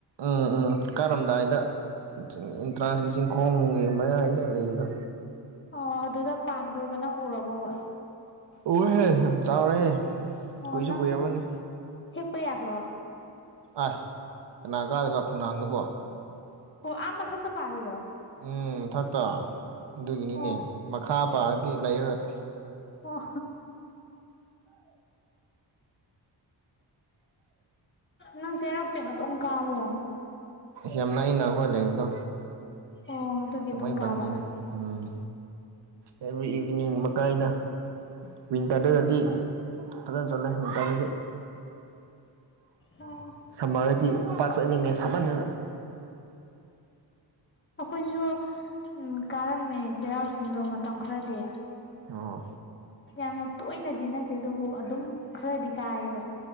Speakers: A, on the right; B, on the left.
A: ꯑꯥ ꯑꯥ ꯀꯥꯔꯝꯗꯥꯏꯗ ꯑꯦꯟꯇ꯭ꯔꯥꯟꯁꯀꯤ ꯆꯤꯡꯈꯣꯡꯒꯤ ꯃꯌꯥꯏꯗ ꯂꯩꯕꯗꯣ
B: ꯑꯣ ꯑꯗꯨꯗ ꯄꯥꯟꯕ꯭ꯔꯣꯕ ꯅꯪ ꯎꯔꯕꯣꯕ
A: ꯎꯌꯦꯍꯦ ꯌꯥꯝ ꯆꯥꯎꯔꯦ
B: ꯑꯣ
A: ꯀꯨꯏꯁꯨ
B: ꯅꯪ
A: ꯀꯨꯏꯔꯝꯃꯅꯤ
B: ꯍꯦꯛꯄ ꯌꯥꯗ꯭ꯔꯣ
A: ꯑ ꯀꯅꯥ ꯀꯥꯗꯣꯏꯕ ꯈꯣꯡꯅꯥꯡꯗꯨꯕꯣ
B: ꯑꯣ ꯑꯥ ꯃꯊꯛꯇ ꯄꯥꯔꯤꯔꯣ
A: ꯎꯝ ꯃꯊꯛꯇ ꯑꯗꯨꯒꯤꯅꯤꯅꯦ
B: ꯑꯣ
A: ꯃꯈꯥ ꯄꯜꯂꯥꯗꯤ ꯂꯩꯔꯔꯣꯏ
B: ꯑꯣ ꯅꯪ ꯆꯩꯔꯥꯎ ꯆꯤꯡ ꯑꯗꯝ ꯀꯥꯕ꯭ꯔꯣ
A: ꯌꯥꯝ ꯅꯛꯏꯅꯥ ꯑꯩꯈꯣꯏ ꯂꯩꯕꯗꯣ
B: ꯑꯣ ꯑꯗꯨꯒꯤ
A: ꯊꯪꯃꯩꯕꯥꯟ
B: ꯑꯗꯨꯝ ꯀꯥꯕ
A: ꯅꯤꯅꯥ ꯎꯝ ꯑꯦꯚ꯭ꯔꯤ ꯏꯚꯤꯅꯤꯡ ꯒꯨꯝꯕ ꯀꯥꯏꯗ ꯋꯤꯟꯇꯔꯗꯗꯤ ꯐꯖꯅ ꯆꯠꯂꯦ ꯋꯤꯟꯇꯔꯗꯗꯤ
B: ꯑꯣ
A: ꯁꯃꯔꯗꯤ ꯄꯥꯛ ꯆꯠꯅꯤꯡꯗꯦ ꯁꯃꯟꯗꯅ
B: ꯑꯩꯈꯣꯏꯁꯨ ꯀꯥꯔꯝꯃꯦ ꯆꯩꯔꯥꯎ ꯆꯤꯡꯗꯣ ꯃꯇꯝ ꯈꯔꯗꯤ
A: ꯑꯣ
B: ꯌꯥꯝꯅ ꯇꯣꯏꯅꯗꯤ ꯅꯠꯇꯦ ꯑꯗꯨꯕꯨ ꯑꯗꯨꯝ ꯈꯔꯗꯤ ꯀꯥꯏꯌꯦꯕ